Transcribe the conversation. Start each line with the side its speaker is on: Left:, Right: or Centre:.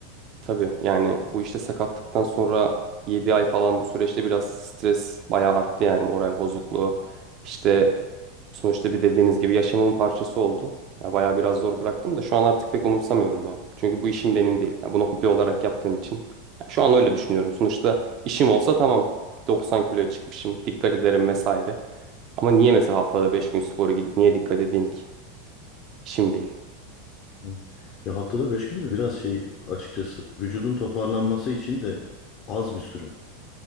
Right: Tabii yani bu işte sakatlıktan sonra 7 ay falan bu süreçte biraz stres bayağı arttı yani moral bozukluğu. İşte Sonuçta bir dediğiniz gibi yaşamımın parçası oldu. Ya bayağı biraz zor bıraktım da şu an artık pek umursamıyorum ya. Çünkü bu işim benim değil. Ya bunu hobi olarak yaptığım için. Ya şu an öyle düşünüyorum. Sonuçta işim olsa tamam. 90 kiloya çıkmışım. Dikkat ederim vesaire. Ama niye mesela haftada 5 gün spora gidip niye dikkat edeyim ki? İşim değil.
Left: Hı. Ya haftada beş gün de biraz şey açıkçası vücudun toparlanması için de az bir süre.